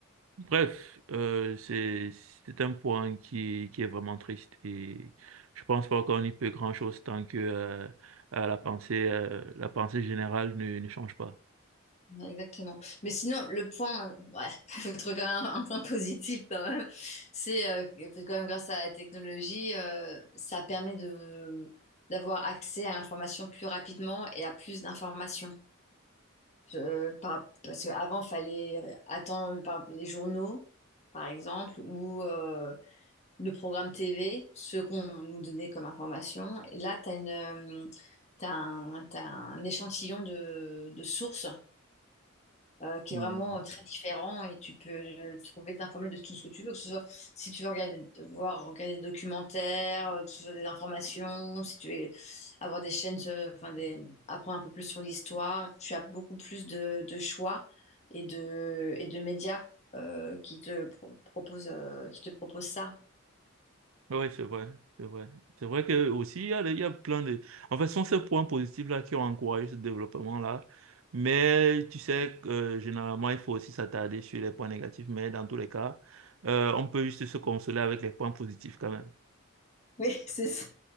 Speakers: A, on the right; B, on the left.
A: Bref, euh, c'est, c'est un point qui, qui est vraiment triste. Et je pense pas qu'on y peut grand-chose tant que euh, euh, la pensée, euh, la pensée générale ne, ne change pas.
B: Ouais, Exactement. Mais sinon, le point, euh, ouais, <laughs> faut trouver quand même un, un point positif quand même, c'est euh, que quand même grâce à la technologie, euh, ça permet de d'avoir accès à l'information plus rapidement et à plus d'informations. Je- par- parce qu'avant, il fallait attendre par- les journaux, par exemple, ou euh, le programme TV, ce qu'on nous donnait comme information. Et là, tu as une, euh, t'as un, t'as un échantillon de, de sources euh, qui
A: Mm.
B: est vraiment euh, très différent et tu peux euh, trouver t'informer de tout ce que tu veux, que ce soit si tu veux regarder, voir, regarder des documentaires, euh, que ce soit des informations, si tu veux avoir des chaînes, euh, enfin des, apprendre un peu plus sur l'histoire, tu as beaucoup plus de, de choix et de, et de médias euh, qui te pro- proposent, euh, qui te proposent ça.
A: Oui, c'est vrai, c'est vrai. C'est vrai que aussi, il y a, des- il y a plein de... En fait, ce sont ces points positifs-là qui ont encouragé ce développement-là. Mais tu sais que euh, généralement, il faut aussi s'attarder sur les points négatifs. Mais dans tous les cas, euh, on peut juste se consoler avec les points positifs quand même.
B: Oui, <laughs> c'est ça.